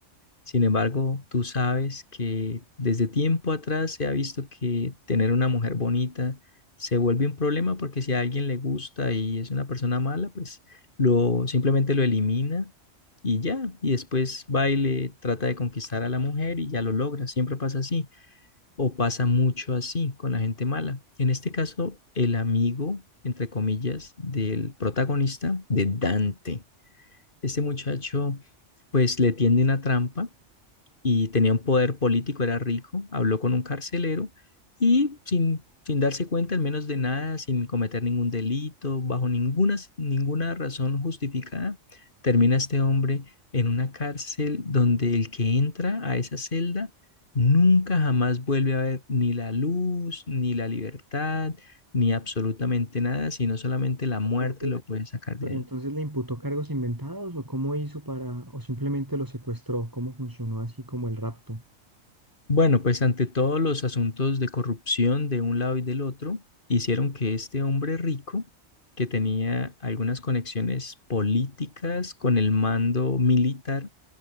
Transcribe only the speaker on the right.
Pero entonces,
pero
entonces le imputó cargos inventados o cómo hizo para, o simplemente lo secuestró, cómo funcionó así como el rapto.